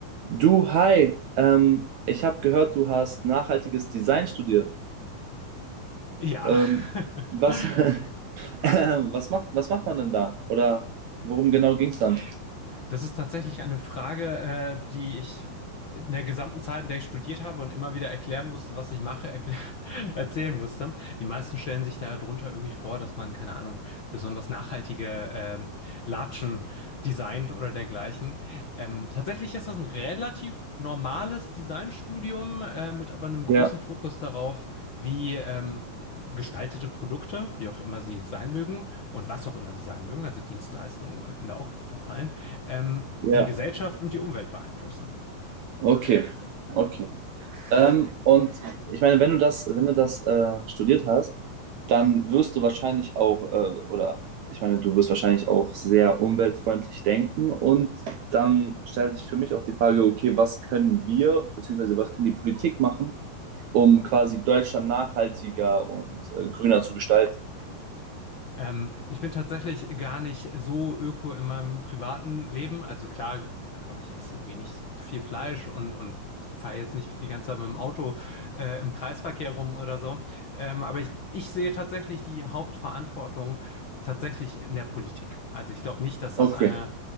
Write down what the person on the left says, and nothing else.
Ja,
<laughs>
das ist tatsächlich eine Frage, äh, die ich in der gesamten Zeit, in der ich studiert habe und immer wieder erklären musste, was ich mache, erklä- <laughs> erzählen musste. Die meisten stellen sich darunter irgendwie vor, dass man, keine Ahnung, besonders nachhaltige ähm, Latschen designt oder dergleichen. Ähm, tatsächlich ist das ein relativ normales Designstudium äh, mit aber einem großen
Fokus darauf, wie ähm, gestaltete Produkte, wie auch immer sie sein mögen und was auch immer sie sein mögen, also Dienstleistungen könnten da auch drunter fallen, ähm,
die Gesellschaft und die Umwelt beeinflussen.
Ähm, ich bin tatsächlich gar nicht so öko in meinem privaten Leben. Also klar, keine Ahnung, ich esse irgendwie nicht viel Fleisch und, und fahre jetzt nicht die ganze Zeit mit dem Auto äh, im Kreisverkehr rum oder so. Ähm, aber ich, ich sehe tatsächlich die Hauptverantwortung tatsächlich in der Politik. Also ich glaube nicht, dass das
eine